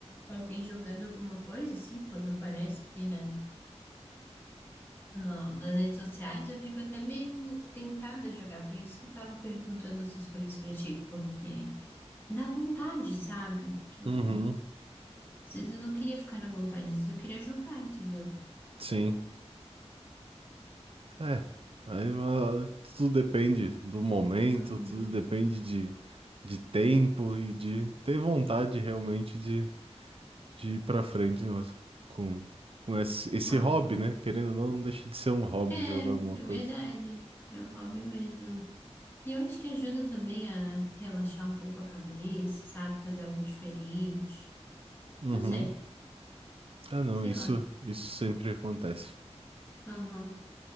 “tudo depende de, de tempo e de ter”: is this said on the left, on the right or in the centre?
Right